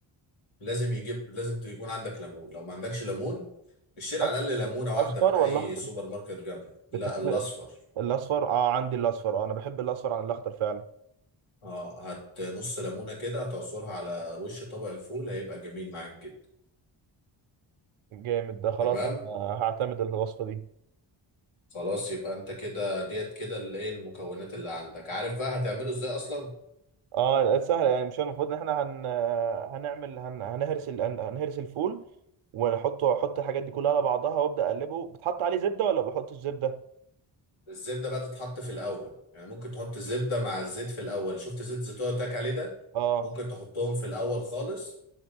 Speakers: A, on the left; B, on the right.
A: لازم يجيب لازم يكون عندك ليمون لو ما عندكش ليمون اشتري
B: أص-
A: على الاقل ليمونه واحده
B: أصفر
A: من
B: ولا
A: اي
B: أخضر؟
A: سوبر ماركت جنبه لا
B: بتحب
A: الاصفر
B: الاصفر اه عندي الاصفر اه انا بحب الاصفر عن الاخضر فعلا
A: اه هات نص ليمونه كده هتعصرها على وش طبق الفول هيبقى جميل معاك جدا
B: جامد ده خلاص
A: تمام
B: انا هعتمد الوصفه دي
A: خلاص يبقى انت كده ديت كده اللي ايه المكونات اللي عندك عارف بقى هتعمله ازاي اصلا
B: اه لقيت سهله يعني مش المفروض ان احنا هن... هنعمل هن... هنهرس ال... هن- هنهرس الفول ونحطه احط الحاجات دي كلها على بعضها وابدا اقلبه بتحط عليه زبده ولا بحطش زبده
A: الزبده بقى تتحط في الاول يعني ممكن تحط زبده مع الزيت في الاول شفت زيت زيتون تاك عليه ده
B: اه
A: ممكن تحطهم في الاول خالص